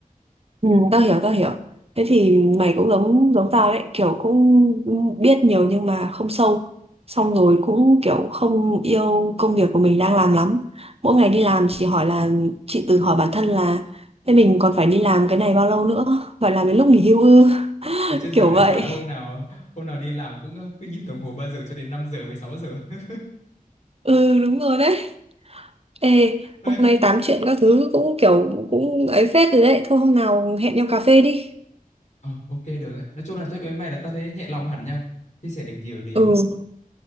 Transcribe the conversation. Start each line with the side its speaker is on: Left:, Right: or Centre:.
Right: ừ, tao hiểu, tao hiểu. Thế thì mày cũng giống giống tao đấy, kiểu cũng biết nhiều nhưng mà không sâu. Xong rồi cũng kiểu không yêu công việc của mình đang làm lắm. Mỗi ngày đi làm chỉ hỏi là chị tự hỏi bản thân là thế mình còn phải đi làm cái này bao lâu nữa? Phải làm đến lúc nghỉ hưu ư? <laughs>
Left: Thế chết dở
Right: Kiểu vậy.
Left: đấy bảo là hôm nào hôm nào đi làm cũng ờ, cứ nhìn đồng hồ 3 giờ cho đến 5 giờ với sáu giờ <laughs>
Right: Ừ đúng rồi đấy. Ê,
Left: Ê,
Right: hôm nay tám chuyện các thứ cũng kiểu cũng ấy phết rồi đấy. Thôi hôm nào hẹn nhau cà phê đi.
Left: ờ, ok được ấy. nói chung là chúc với mày là tao thấy nhẹ lòng hẳn nha chia sẻ được nhiều điều
Right: Ừ.
Left: á